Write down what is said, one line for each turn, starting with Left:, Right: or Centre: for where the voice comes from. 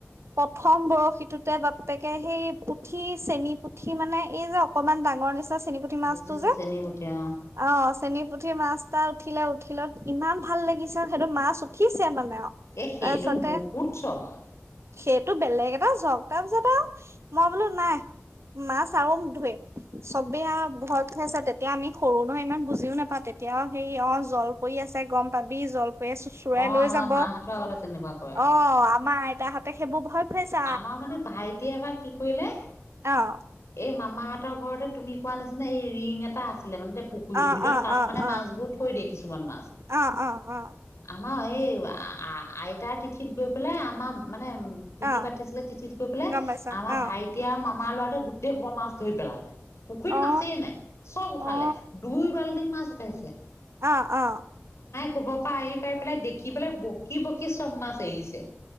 Right: প্ৰথম বৰশীটোতে বাপেকে সেই পুঠি চেনী পুঠি মানে এই যে অকমান ডাঙৰ নিচনা চেনি পুঠি
Left: বুজিছো
Right: মাছটো যে!
Left: চেনী বতিয়া
Right: অ চেনী পুঠি মাছ এটা উঠিলে উঠিলত ইমান ভাল লাগিছে সেইটো মাছ উঠিছে মানে
Left: এ সেইটো
Right: তাৰপিছতে
Left: বহুত চখ
Right: সেইটো বেলেগ এটা চক তাৰপিছত আও মই বোলো নাই মাছ আৰু ধৰিম। চবেই আও ভয় খাইছে, তেতিয়া আমি সৰু নহয় ইমান বুজিও নাপাওঁ তেতিয়া সেই অ জল পৰি আ ছে গম পাবি জলপৰীয়ে চোচৰাই
Left: অ
Right: লৈ
Left: আমাৰ
Right: যাব,
Left: মাহঁতৰ আগতে তেনেকুৱা কৰে
Right: অ আমাৰ আই তাহাতে সেইবোৰ ভয় খুৱাইছে
Left: আমাৰ মানে ভাইটিয়ে এবাৰ কি কৰিলে
Right: অহ
Left: এই মামাহঁতৰ ঘৰতে তুমি কোৱা নিচিনা এই ৰিং এটা আ ছিলে মানে দেই পুখুৰীটোৰ
Right: অ
Left: ভিতৰত
Right: অ
Left: তাত
Right: অ
Left: মানে
Right: অ
Left: মাছবোৰ থৈ দিয়ে কিছুমান মাছ
Right: অ অ অ
Left: আমাৰ এই আইতাৰ তিথিত গৈ পেলাই আমাৰ মানে তিথি
Right: অ
Left: পাতিছিলে তিথিত গৈ পেলাই
Right: গম পাইছা
Left: আমাৰ
Right: অ
Left: ভাইটি আৰু মামাৰ ল'ৰাটোৱে গোটেই সোপা মাছ ধৰি পেলালে পুখুৰীত
Right: অ
Left: মাছেই নাই চব উঠালে
Right: অ
Left: দুই বাল্টি মাছ উঠাইছে
Right: অ অ
Left: শোবৰ পৰা আহি পাই পেলাই দেখি পেলাই বকি বকি চব মাছ এৰিছে